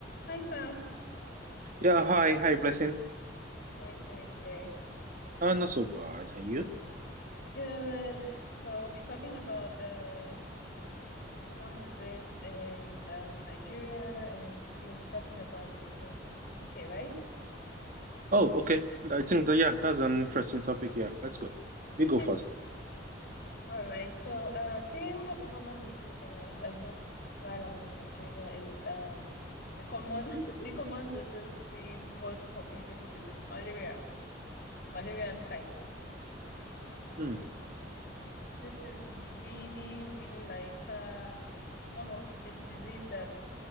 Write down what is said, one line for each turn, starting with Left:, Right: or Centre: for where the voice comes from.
Left: Hi Sam,
Right: Yeah, hi, hi, Blessing.
Left: how are you doing today?
Right: Uh, not so bad. And you?
Left: Good. So we're talking about the the common disease in um, Nigeria, and you'll be talking about the diseases in UK, right?
Right: Oh, okay. I think that, yeah, that's an interesting topic. Yeah, let's go. You
Left: Okay.
Right: go first.
Left: All right. So uh, today one of the common diseases that I noticed while I was in Nigeria is um the common <laughs> the common disease, the most communicable disease, malaria, malaria and typhoid.
Right: Hmm.
Left: This is really, really like uh one of the disease that